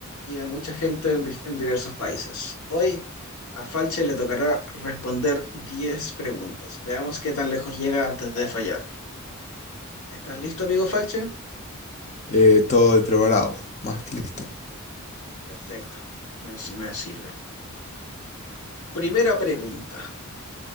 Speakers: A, on the left (about 80°); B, on the left (about 30°).
A: y de mucha gente en, di- en diversos países. Hoy a Falche le tocará responder 10 preguntas. Veamos qué tan lejos llega antes de fallar. ¿Estás listo, amigo Falche?
B: Eh, todo el preparado, más que listo.
A: Perfecto, me, me sirve. Primera pregunta.